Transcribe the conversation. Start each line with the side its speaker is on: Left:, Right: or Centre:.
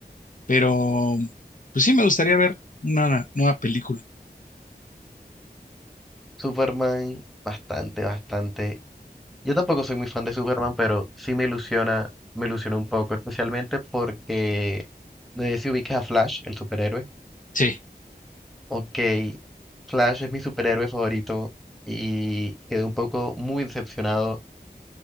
Left: pero pues sí me gustaría ver una nueva película.
Centre: Superman, bastante, bastante Yo tampoco soy muy fan de Superman, pero sí me ilusiona, me ilusiona un poco, especialmente porque no sé si ubicas a Flash, el superhéroe.
Left: Sí,
Centre: Ok, Flash es mi superhéroe favorito y quedé un poco muy decepcionado